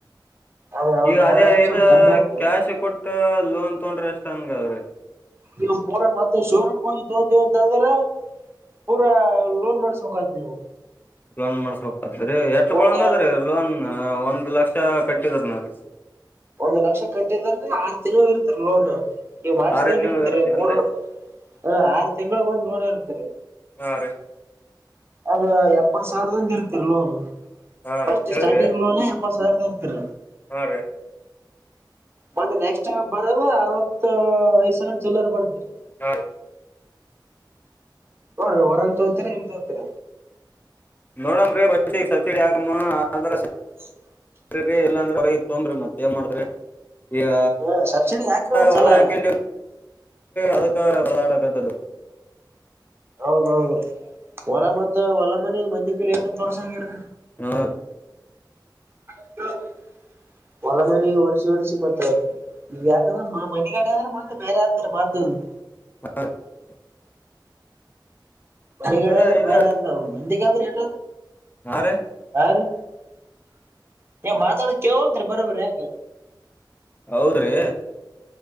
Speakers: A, on the right; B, on the left.
A: ಅದ ಅವ್ರ
B: ಈಗ
A: ಮ್ಯಾಲ
B: ಅದೇ
A: ಅಂದ್ರ
B: ಇದ
A: ಸ್ವಲ್ಪ ಕಮ್ಮಿ ಆತದ
B: ಕ್ಯಾಶ್ ಕೊಟ್ಟ ಲೋನ್ ತೊಂಡ್ರ ಎಷ್ಟ ಹಾಗಂಗಾದ್ರಿ
A: ನೀವು ಪೋರ ಮತ್ತ ಶೋರಂ ಕೊಗಿ ತೋಂತಿವ ಅಂದ್ರ ಪೂರ ಲೋನ್ ಮಾಡಸ್ಬೇಕಾತದ ನೀವು
B: ಲೋನ್ ಮಾಡ್ಸ್ಬೇಕತದ್ರಿ ಎಟ್
A: ಒಂದ
B: ಬುಳಂಗದ್ರೀ ಲೋನ್ ಒಂದ್ ಲಕ್ಷ ಕಟ್ಟಿದರನು ರೀ
A: ಒಂದ್ ಲಕ್ಷ ಕಟ್ಟಿಂದ್ರ ಆರ ತಿಂಗಳ ಇರುತ್ತದ್ರಿ ಲೋನ್ ನೀವು ಮಾಡ್ಸಿದಂಗ
B: ಆರೇ ತಿಂಗಳ
A: ಇರ್ತದರಿ
B: ಇರುತ್ತೆ
A: ಮೂರ್
B: ಏನ್ರಿ
A: ಹ ಆರ ತಿಂಗಳಿಗ ಒಂದ್ ಲೋನ್ ಇರ್ತದ್ರಿ
B: ಹಾ ರೀ
A: ಅದು ಎಪ್ಪತ್ ಸಾವಿರದಿಂದ ಇರತ್ತದರಿ ಲೋನ
B: ಹಾ
A: ಫಸ್ಟ್
B: ರೀ ಕೇಳಿದ್ರಿ
A: ಸ್ಟಾರ್ಟಿಂಗ್ ಲೋನ ಇಪ್ಪತ್ ಸಾವಿರದಂತ್ರಿ
B: ಹಾ ರೀ
A: ಮತ್ತ ನೆಕ್ಸ್ಟ್ ಟೈಮ್ ಬರದ ಅರವತ್ತು ಐದ್ ಸಾವಿರ ಚಿಲರ್ ಬರತ್ತರಿ
B: ಹಾ ರೀ
A: ನೋಡ್ರಿ ಹೊರಗ ತೋತಿರ ಇಲ್ಲ ತೋತಿರ
B: ನೋಡಮ್ರೀ ಫಸ್ಟಿಗ ಸಬ್ಸಿಡಿ ಹಾಕಮ್ಮ <unintelligible>
A: <inaudible>
B: ರಿ ಇಲ್ಲಾಂದ್ರ ಹೊರಗೆ ತೊಂಬ್ರಿ ಮತ್ ಏನ್ ಮಾಡ್ತರಿ ಈಗ
A: ಹ ಸಬ್ಸಿಡಿ ಹಾಕ್ರಿ ಒಂದ್ಸಲ
B: ಹೊಲ ಹಾಕಂಡ ಅದಕ್ಕ ಬಡದಾಡಕತ್ತದು
A: ಹೌದೌದ ಹೊಲಾ ಮತ್ತ ಹೊಲ್ಲ ಮನಿ ಮಂದಿ ಕೈಲೇ ಎಷ್ಟಂತ ಹೊರಸಂಗಿರಿ
B: ಹ್ಮ
A: <inaudible> ಹೊಲ ಮನಿ ಒರ್ಸಿ ಒರ್ಸಿ ಮತ್ತೆ ನೀವ ಯಾಕಂದ್ರೆ ಮನಗಡೆ ಆದ್ರೆ ಮತ್ತ ಬೇರೆಯಾರ್ಗರ ಮಾರ್ -
B: <unintelligible>
A: ಮನಿಗಡೆ
B: ಸರ
A: ಆದ್ರೆ
B: ಇದ
A: ಬರೆ ಆದ್ರ ಮಂದಿಗೆದ್ರಿ
B: ಹಾ ರೀ
A: ರಿ ಮಾತಾಡೊದು ಕೆಳ್ವಂತ್ರಿ ಬರಿ ಬರಿ ಏಕ
B: ಹೌದ್ರಿ